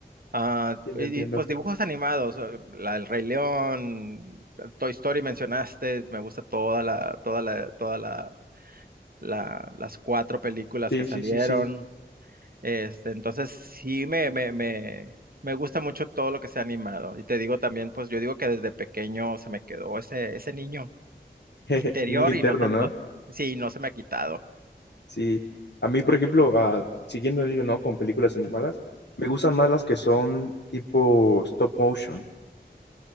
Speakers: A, on the right (about 55°); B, on the left (about 80°).
A: Ah,
B: Entiendo,
A: y,
B: entiendo.
A: y, pues dibujos animados, eh, la, El Rey León, Toy Story mencionaste, me gusta toda la, toda la, toda la, la- las cuatro películas
B: Sí,
A: que salieron.
B: sí, sí, sí.
A: Este, entonces sí me, me, me, me gusta mucho todo lo que sea animado. Y te digo también, pues yo digo que desde pequeño se me quedó ese, ese niño
B: <laughs> El
A: interior
B: niño interno,
A: y no se me,
B: ¿no?
A: no, sí, no se me ha quitado.
B: Sí. A mí, por ejemplo, ah, siguiendo el hilo, ¿no? Con películas animadas, me gustan más las que son tipo stop motion.